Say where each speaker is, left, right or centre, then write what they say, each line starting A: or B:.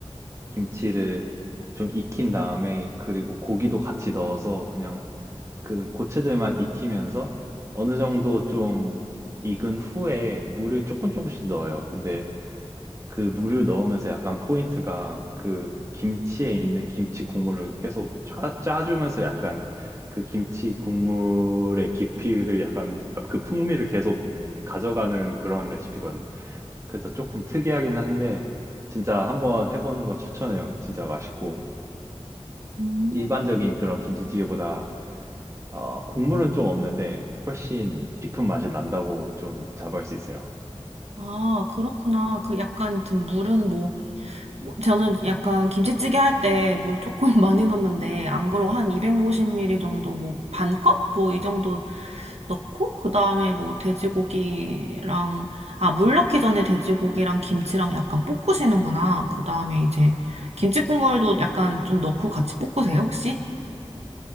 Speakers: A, on the right; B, on the right.
A: 김치를 좀 익힌 다음에 그리고 고기도 같이 넣어서 그냥 그 고체들만 익히면서 어느 정도 좀 익은 후에 물을 조금 조금씩 넣어요. 근데 그 물을 넣으면서 약간 포인트가 그 김치에 있는 김치 국물을 계속 짜, 짜주면서 약간 그 김치 국물의 깊이를 약간 그 풍미를 계속 가져가는 그런 레시피거든요. 그래서 조금 특이하기는 한데 진짜 한번 해보는 거 추천해요. 진짜 맛있고
B: 음.
A: 일반적인 그런 김치찌개보다 어, 국물은 좀 없는데 훨씬 깊은 맛이 난다고 좀 자부할 수 있어요.
B: 아, 그렇구나. 그 약간 좀 물은 뭐, 뭐 저는 약간 김치찌개 할 때 물 조금 <laughs> 많이 넣는데 안 그러고 한 250ml 정도 뭐 반 컵? 뭐 이 정도 넣고 그다음에 뭐 돼지고기랑 아, 물 넣기 전에 돼지고기랑 김치랑 약간 볶으시는구나. 그다음에 이제 김치 국물도 약간 좀 넣고 같이 볶으세요, 혹시?